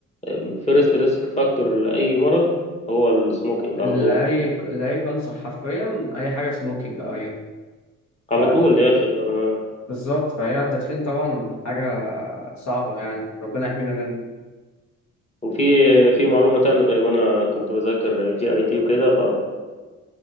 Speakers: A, on the left (about 20°); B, on the left (about 65°).
A: الفيرست ريسك فاكتور لأي مرض هو السموكينج
B: لأي
A: على طول
B: لأي كانسر حرفيا أي حاجة سموكينج أيوه
A: على
B: ف...
A: طول يا أخي آه،
B: بالظبط فهي التدخين طبعا حاجة صعبة يعني ربنا يحمينا منه
A: وفي في معلومة تانية طيب أنا كنت بذاكر جي أي تي وكده